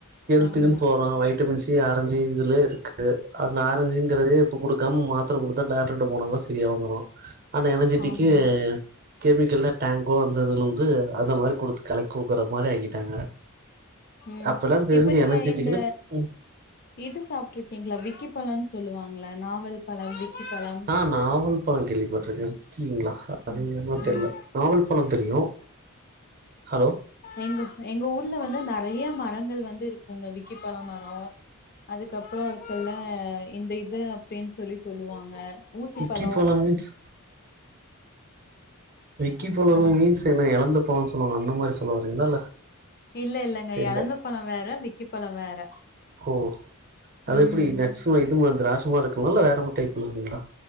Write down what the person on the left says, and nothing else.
ஆமா
ஆமா
ம்
இப்ப நீங்க
இந்த
இது சாப்ட்ருக்கீங்களா விக்கி பழனு சொல்லுவாங்களே நாவல் பழம் விக்கி பழம்
ம்
ம்
எங் எங்க ஊர்ல வந்து நெறைய மரங்கள் வந்து இருக்குங்க விக்கிப்பழம் மரோ அதுக்கப்புறோ இப்பல்ல இந்த இது அப்டின் சொல்லி சொல்லுவாங்க ஊசிப்பழோ
அந்த
இல்ல இல்லங்க
எலந்த பழ வேற விக்கிப்பழம் வேற
ம்.